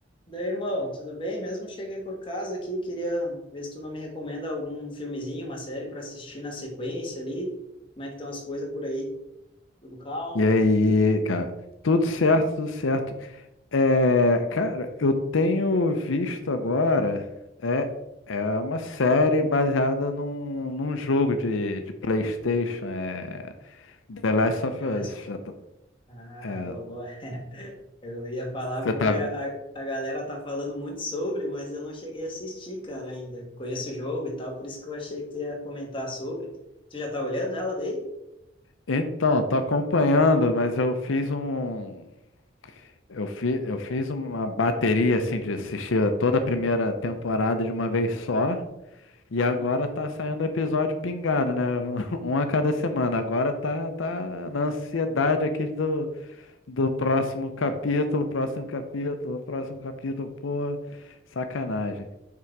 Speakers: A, on the left (about 25°); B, on the left (about 80°).
A: Daí, irmão, tudo bem? Mesmo cheguei por casa aqui, queria ver se tu não me recomenda algum filmezinho, uma série para assistir na sequência ali. Como é que estão as coisas por aí? Tudo calmo?
B: E aí, cara? Tudo certo, tudo certo. É, cara, eu tenho visto agora é, é uma série baseada num, num jogo de, de PlayStation, é, The Last of
A: Beleza.
B: Us. Já tá-
A: Ah,
B: é,
A: boa, boa. Eu ia falar
B: você
A: porque
B: tá,
A: a,
B: ve-
A: a galera tá falando muito sobre, mas eu não cheguei a assistir, cara, ainda. Conheço o jogo e tal, por isso que eu achei que tu ia comentar sobre. Tu já tá olhando ela daí?
B: então, tô acompanhando, mas eu fiz um eu, fi, eu fiz uma bateria assim de assistir a toda a primeira temporada de uma vez só. E agora
A: Uhum.
B: tá saindo episódio pingado, né? <laughs> Um a cada semana. Agora tá, tá na ansiedade aqui do, do próximo capítulo, próximo capítulo, próximo capítulo. Pô, sacanagem.